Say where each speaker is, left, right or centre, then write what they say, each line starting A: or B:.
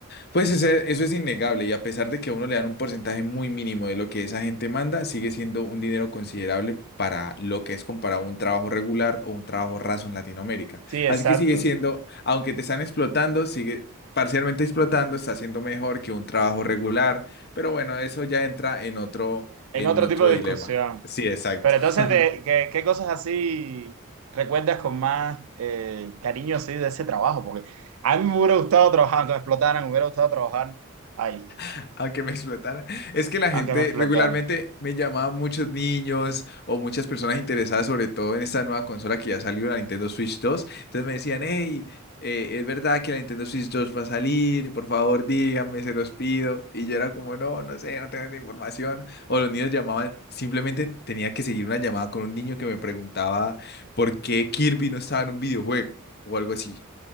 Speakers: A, on the left; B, on the right.
A: Pues ese- eso es innegable y a pesar de que a uno le dan un porcentaje muy mínimo de lo que esa gente manda, sigue siendo un dinero considerable para lo que es comparado a un trabajo regular o un trabajo raso en Latinoamérica.
B: sí, exacto.
A: Así que sigue siendo, aunque te están explotando, sigue parcialmente explotando, está siendo mejor que un trabajo regular, pero bueno, eso ya entra en otro,
B: En
A: en
B: otro
A: otro
B: tipo de
A: dilema.
B: discusión.
A: Sí, exacto.
B: Pero entonces,
A: <laughs>
B: de- ¿qué, qué cosas así recuerdas con más eh, cariño así de ese trabajo? Porque a mí me hubiera gustado trabajar, aunque me explotaran, me hubiera gustado trabajar ahí,
A: <laughs> a que me explotara. Es que la
B: aunque
A: gente
B: me explotaran.
A: regularmente me llamaba muchos niños o muchas personas interesadas, sobre todo en esta nueva consola que ya salió, la Nintendo Switch 2. Entonces me decían, hey, eh, ¿es verdad que la Nintendo Switch 2 va a salir? Por favor, díganme, se los pido. Y yo era como, no, no sé, no tengo esa información. O los niños llamaban, simplemente tenía que seguir una llamada con un niño que me preguntaba por qué Kirby no estaba en un videojuego o algo así